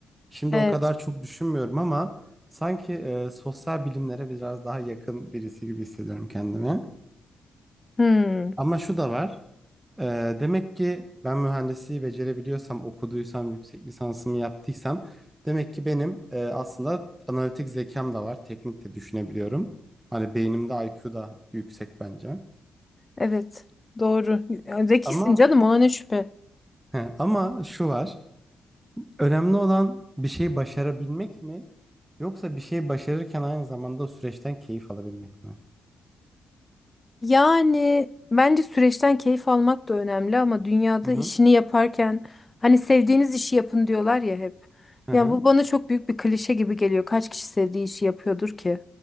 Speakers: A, on the right; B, on the left.
A: Şimdi
B: Evet.
A: o kadar çok düşünmüyorum ama sanki e, sosyal bilimlere biraz daha yakın birisi gibi hissediyorum kendimi.
B: Hmm,
A: Ama şu da var. Ee, demek ki ben mühendisliği becerebiliyorsam, okuduysam, yüksek lisansımı yaptıysam demek ki benim e, aslında analitik zekam da var. Teknik de düşünebiliyorum. Hani beynimde IQ da yüksek bence.
B: evet. Doğru. Zekisin
A: Ama
B: canım ona ne şüphe.
A: he, ama şu var. Önemli olan bir şeyi başarabilmek mi? Yoksa bir şeyi başarırken aynı zamanda o süreçten keyif alabilmek mi?
B: Yani bence süreçten keyif almak da önemli ama dünyada
A: Hı hı.
B: işini yaparken hani sevdiğiniz işi yapın diyorlar ya hep.
A: Hı
B: Ya
A: hı.
B: bu bana çok büyük bir klişe gibi geliyor. Kaç kişi sevdiği işi yapıyordur ki?